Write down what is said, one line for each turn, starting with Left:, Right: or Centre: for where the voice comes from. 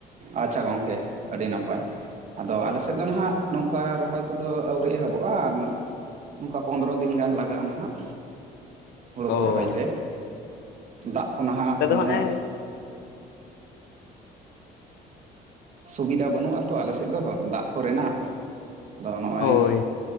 Right: ᱟᱪᱪᱷᱟ ᱜᱚᱝᱠᱮ ᱟᱹᱰᱤ ᱱᱟᱯᱟᱭ। ᱟᱫᱚ ᱟᱞᱮ ᱥᱮᱫ ᱫᱚ ᱱᱟᱦᱟᱸᱜ ᱱᱚᱝᱠᱟ ᱨᱚᱦᱚᱭ ᱠᱚᱫᱚ ᱟᱹᱣᱨᱤ ᱮᱦᱚᱵᱚᱜᱼᱟ। ᱱᱚᱝᱠᱟ ᱯᱚᱱᱨᱚ ᱫᱤᱱ ᱜᱟᱱ ᱞᱟᱜᱟᱜᱼᱟ ᱱᱟᱦᱟᱜ। ᱦᱩᱲᱩ
Left: ᱚ
Right: ᱠᱚ ᱨᱚᱦᱚᱭ ᱛᱮ, ᱫᱟᱜ ᱠᱚ ᱱᱟᱦᱟᱜ
Left: ᱱᱚᱛᱮ ᱫᱚ
Right: ᱩᱱᱟᱹᱜ
Left: ᱦᱟᱸᱜ ᱮ
Right: ᱥᱩᱵᱤᱫᱷᱟ ᱵᱟᱹᱱᱩᱜᱼᱟ ᱛᱚ ᱟᱞᱮ ᱥᱮᱫ ᱫᱚ ᱫᱟᱜ ᱠᱚᱨᱮᱱᱟᱜ ᱟᱫᱚ ᱱᱚᱜᱼᱚᱭ
Left: ᱦᱳᱭ